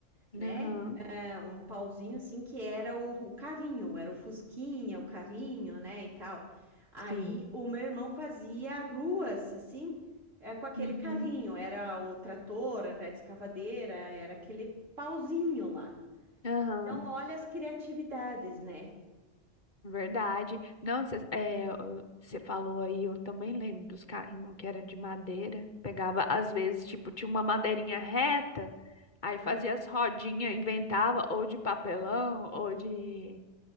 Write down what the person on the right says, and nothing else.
né?
É, Um pauzinho assim que era o, o carrinho, era o fusquinha, o carrinho, né, e tal. Aí
o meu irmão fazia ruas assim, é, com aquele
carrinho, era o trator, era a escavadeira, era aquele pauzinho lá.
Então, olha as criatividades, né?
Aham,